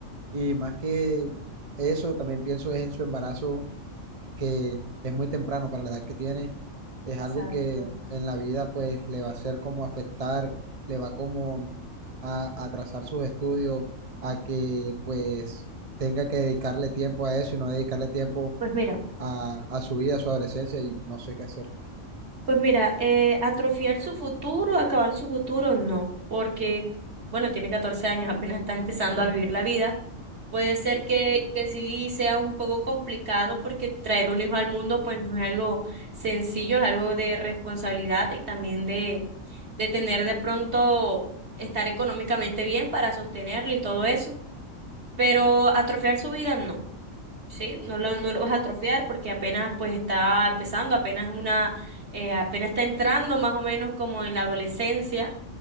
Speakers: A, on the right; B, on the right.
A: Y más que eso, también pienso es en su embarazo que es muy temprano para la edad que tiene, es algo
B: Exacto.
A: que en la vida pues le va a hacer como afectar, le va como a a atrasar sus estudios, a que pues tenga que dedicarle tiempo a eso y no dedicarle tiempo
B: Pues mira,
A: a, a su vida, a su adolescencia y no sé qué hacer.
B: pues mira, eh, atrofiar su futuro, acabar su futuro, no, porque, bueno, tiene 14 años, apenas está empezando a vivir la vida. Puede ser que, que sí sea un poco complicado porque traer un hijo al mundo pues no es algo sencillo, es algo de responsabilidad y también de tener de pronto estar económicamente bien para sostenerlo y todo eso, pero atrofiar su vida no, ¿sí? No lo, no lo vas a atrofiar porque apenas pues está empezando, apenas una, eh, apenas está entrando más o menos como en la adolescencia